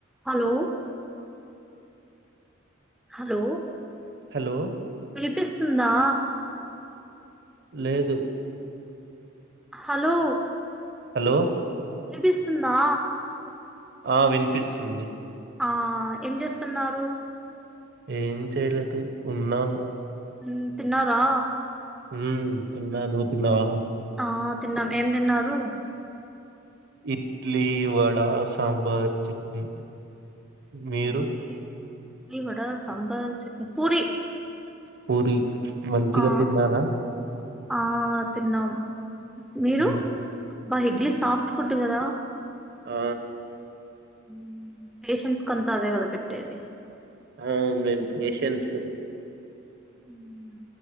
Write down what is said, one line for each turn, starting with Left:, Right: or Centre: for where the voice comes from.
Centre: Hello hello
Right: hello
Centre: వినిపిస్తుందా
Right: లేదు
Centre: hello
Right: hello
Centre: అనిపిస్తుందా
Right: ఆ వినిపిస్తుంది
Centre: ఆ ఏం చేస్తున్నారు
Right: ఏం చెయలేతు ఉన్నాను
Centre: ఉమ్ తిన్నారా
Right: ఉమ్ తిన్నా ను తిన్నావా
Centre: ఆ తిన్నా ఏం తిన్నారు
Right: ఇడ్లీ వడా సాంబార్ చట్నీ మీరు
Centre: ఏంటి డ్లి వడా స్ సాంబార్ చట్నీ పూరి
Right: పూరి మంచిగ
Centre: ఆ
Right: తిన్నారా
Centre: ఆ తిన్నాం మీరు
Right: ఉమ్
Centre: బా ఇడ్లీ సాఫ్ట్ ఫుడ్ కదా
Right: ఆ
Centre: మ్ పేషన్స్ కంతా అదే కదా పెట్టేది
Right: అవును మేము పేషంట్స్
Centre: ఉమ్